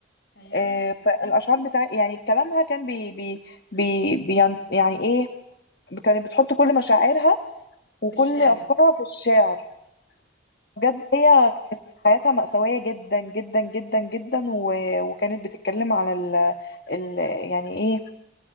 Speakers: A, on the left (about 70°); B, on the left (about 55°).
A: ايوه
B: آه، فالاشعار بتاع يعني كلامها كان بي بي بي بين يعني ايه كانت بتحط كل مشاعرها وكل
A: في الشارع
B: افكارها في الشعر بجد هي كانت حياتها مأساوية جدا جدا جدا جدا و... وكانت بتتكلم على ال... ال... يعني ايه